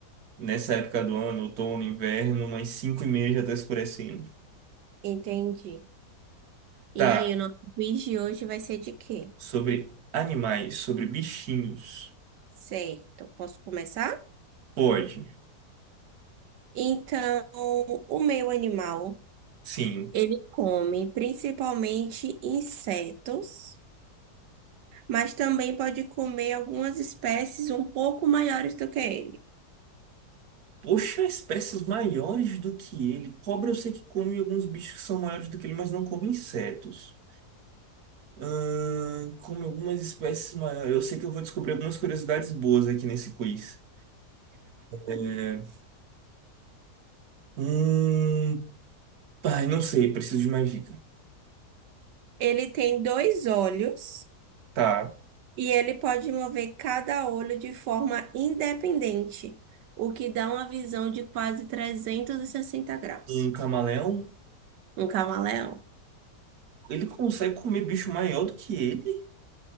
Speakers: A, on the right; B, on the right.
A: nessa época do ano, outono, inverno, umas cinco e meia já está escurecendo.
B: Entendi.
A: Tá,
B: E aí, o nosso quiz de hoje vai ser de quê?
A: sobre animais, sobre bichinhos.
B: Certo. Posso começar?
A: Pode.
B: Então, o meu animal,
A: Sim,
B: ele come principalmente insetos, mas também pode comer algumas espécies um pouco maiores do que ele.
A: Poxa, espécies maiores do que ele. Cobra eu sei que come alguns bichos que são maiores do que ele, mas não come insetos. Ahn, come algumas espécies maiores. Eu sei que eu vou descobrir algumas curiosidades boas aqui nesse quiz. É... Hum... Ai, não sei, preciso de mais dica.
B: Ele tem dois olhos.
A: Tá.
B: E ele pode mover cada olho de forma independente, o que dá uma visão de quase 360 graus.
A: Um camaleão,
B: Um camaleão
A: ele consegue comer bicho maior do que ele?